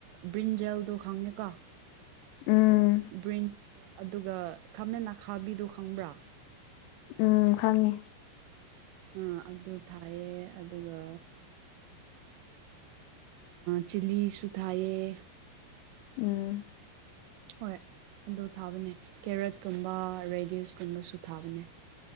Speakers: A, on the right (about 80°); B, on the left (about 85°).
A: ꯕ꯭ꯔꯤꯟꯖꯦꯜꯗꯣ ꯈꯪꯉꯦꯀꯣ
B: ꯎꯝ
A: ꯕ꯭ꯔꯤꯟ ꯑꯗꯨꯒ ꯈꯥꯃꯦꯟ ꯑꯈꯥꯕꯤꯗꯨ ꯈꯪꯕ꯭ꯔꯥ
B: ꯎꯝ ꯈꯪꯉꯤ
A: ꯑꯥ ꯑꯗꯨ ꯊꯥꯏꯌꯦ ꯑꯗꯨꯒ ꯆꯤꯂꯤꯁꯨ ꯊꯥꯏꯌꯦ
B: ꯎꯝ
A: ꯍꯣꯏ ꯑꯗꯨ ꯊꯥꯕꯅꯦ ꯀꯦꯔꯦꯠꯀꯨꯝꯕ ꯔꯦꯗꯤꯁꯀꯨꯝꯕꯁꯨ ꯊꯥꯕꯅꯦ